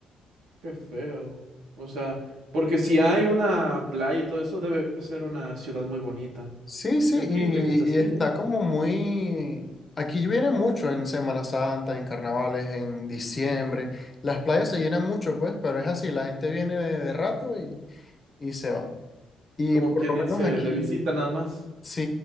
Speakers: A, on the right; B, on the left.
A: Qué feo. O sea, porque si hay una playa y todo eso, debe ser una ciudad muy bonita.
B: Sí, sí,
A: Qué triste
B: y,
A: que esté así,
B: y está
A: ¿eh?
B: como muy... Aquí viene mucho en Semana Santa, en carnavales, en diciembre. Las playas se llenan mucho, pues, pero es así, la gente viene de, de rato y, y se va. Y
A: Como
B: por
A: quien
B: lo
A: dice,
B: menos aquí...
A: de visita nada más.
B: Sí,